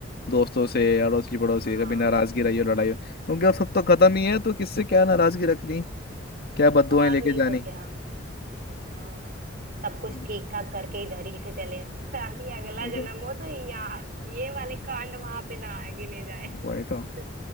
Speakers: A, on the left; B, on the right.
A: दोस्तों से अड़ोसी पड़ोसी
B: हाँ
A: कभी नाराजगी रही हो लड़ाई हो क्योंकि अब सब तो खत्म ही है तो किससे क्या नाराजगी रखनी क्या बददुआएं
B: और
A: लेके
B: नहीं
A: जानी
B: तो क्या हाँ सब कुछ
A: हम्म,
B: ठीक ठाक करके इधर ही से चले ताकि अगला
A: वही तो
B: जन्म हो तो यहाँ ये वाले कांड वहां पे ना गिने जाए <laughs>
A: वही तो